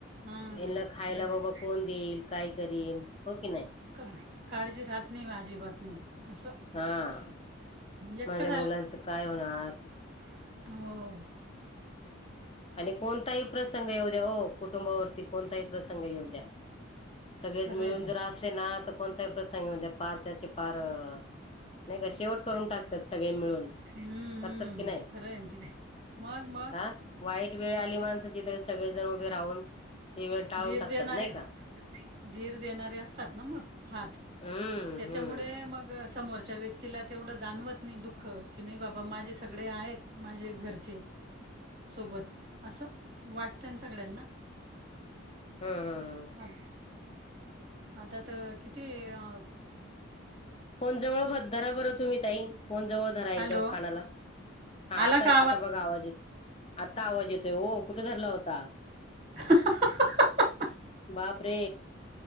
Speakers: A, on the right (about 35°); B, on the left (about 30°).
A: हां
B: यांना खायला
A: खरं आहे
B: बाबा
A: ते
B: कोण देईल काय करल हो की नाही.
A: का काळजी राहत नाही अजिबात मग असं.
B: हा
A: एकटं
B: माझ्या मुलांचं काय होणार?
A: ह.
B: आणि कोणताही प्रसंग येऊ द्या हो कुटुंबावरती कोणताही प्रसंग येऊ द्या.
A: दे
B: सगळेच
A: खरं
B: मिळून
A: आहे ते
B: जर असले ना तर कोणताही प्रसंग येऊ पार त्याचे पार नाही का शेवट करून टाकतात सगळे मिळून
A: हम्म,
B: करतात
A: हम्म,
B: की नाही
A: खरं आहे ना ते मग मग
B: हा वाईट वेळ आली माणसाची तर सगळेजण उभे राहून ते वेळ टाळून
A: धीर
B: टाकतात
A: देणारे
B: नाही का
A: धीर देणारे असतात ना मग हात
B: हम्म
A: त्याच्यामुळे
B: हम्म
A: मग समोरच्या व्यक्तीला तेवढं जाणवत नाही दुःख की नाही बाबा माझे सगळे आहेत माझे घरचे सोबत असं वाटतं ना सगळ्यांना
B: हम्म हम्म हम्म
A: आम अतात किती अ
B: फोन जवळधरा बरं तुम्ही ताई फोन जवळ धरा एकदम
A: हॅलो
B: कानाला हा
A: आला
B: आता
A: का
B: आता बघा आवाज येत आता आवाज येतोय कुठे धरला होता
A: हहहहहहह
B: बाप रे